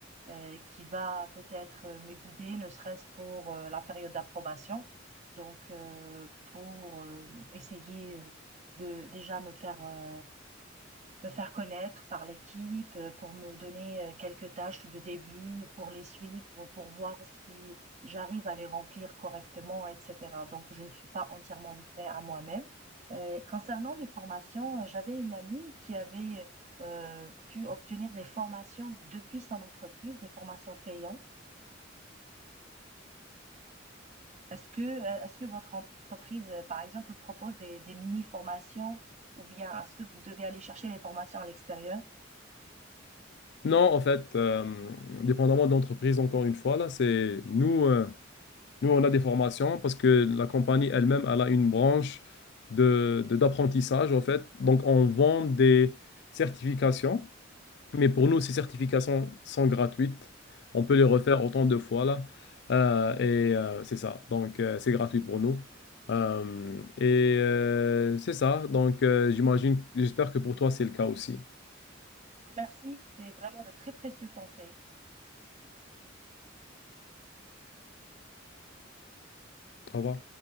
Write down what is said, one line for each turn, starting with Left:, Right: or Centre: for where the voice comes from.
Right: heu, qui va peut-être, heu, me guider, ne serait-ce pour, heu, la période d'approbation. Donc, heu, pour, hem, essayer, heu, de déjà me faire, heu, me faire connaître par l'équipe, heu, pour me donner, heu, quelques tâches de début, pour les suivre, pour voir si j'arrive à les remplir correctement et cetera. Donc je ne suis pas entièrement livrée à moi-même. Heu, concernant les formations, heu, j'avais une amie qui avait, heu, pu obtenir des formations depuis son entreprise, des formations payantes. Est-ce que, euh, est-ce que votre entreprise, heu, par exemple, propose des des mini-formations ou bien est-ce que vous devez aller chercher les formations à l'extérieur?
Left: Non, en fait, euh, dépendamment de l'entreprise, encore une fois, là, c'est nous, euh, nous, on a des formations parce que la compagnie elle-même, elle a une branche de, de- d'apprentissage, en fait. Donc, on vend des certifications Mais pour nous, ces certifications sont gratuites. On peut les refaire autant de fois là. Euh, et euh, c'est ça. Donc, euh, c'est gratuit pour nous. Euh, et euh, c'est ça. Donc, euh, j'imagine, j'espère que pour toi, c'est le cas aussi.
Right: Je te remercie, c'est vraiment de très précieux conseils.
Left: Au revoir.